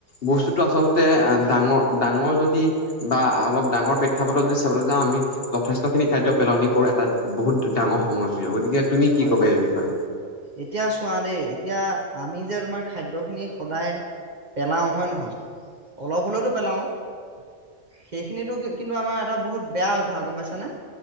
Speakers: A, on the right (about 40°); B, on the left (about 50°).
A: হয়
B: বস্তুটো আচল তে ডাঙৰ ডাঙৰ যদি বা অলপ ডাঙৰ প্ৰেক্ষাপটত যদি চাবলে যাওঁ আমি যথেষ্টখিনি খাদ্য পেলনি কৰোঁ, এটা বহুত ডাঙৰ সমস্যা গতিকে তুমি
A: হয়
B: কি ক'বা এই বিষয়ে?
A: এতিয়া চোৱা দেই এতিয়া আমি যে তোমাৰ খাদ্যখিনি সদায় পেলাওঁ হয় নহয়, অলপ হ'লেতো পেলাওঁ। সেইখিনিতো কিন্তু আমাৰ এটা বহুত বেয়া হয় ভ, গম পাইছানে।